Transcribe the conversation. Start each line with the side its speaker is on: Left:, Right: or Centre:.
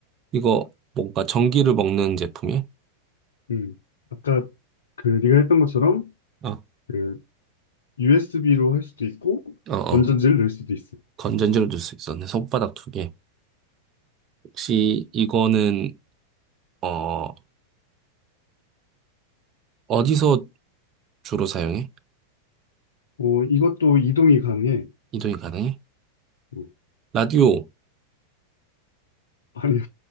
Right: 이거 뭔가 전기를 먹는 제품이야?
Left: 음. 아까 그 네가 했던 것처럼
Right: 어,
Left: 그 USB로 할 수도 있고
Right: 어, 어.
Left: 건전지를 넣을 수도 있어.
Right: 건전지를 넣을 수 있었네. 손바닥 두 개. 혹시 이거는, 어, 어디서 주로 사용해?
Left: 어, 이것도 이동이 가능해.
Right: 이동이 가능해?
Left: 어,
Right: 라디오,
Left: 아니,